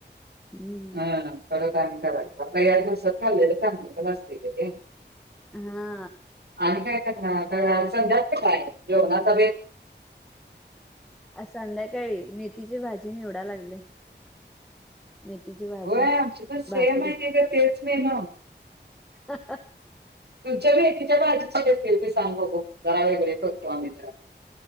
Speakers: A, in the centre; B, on the right.
A: हम्म
B: ह थोडं कराय का या दिवसात खाल्लेलं चांगलं पण नसते ते.
A: हा
B: आणि काय करणार सध्यात का काय जेवनाचा वे-
A: आ संध्याकाळी मेथीची भाजी निवडा लागले. मेथीची भाजी
B: होय आमची पण सेम
A: भाकरी.
B: आहे का तेच मेनू
A: अं हे
B: तुमच्या भीकीच्या बाज असतील ते सांग बघ जरा वगैरे करतो आम्ही जरा.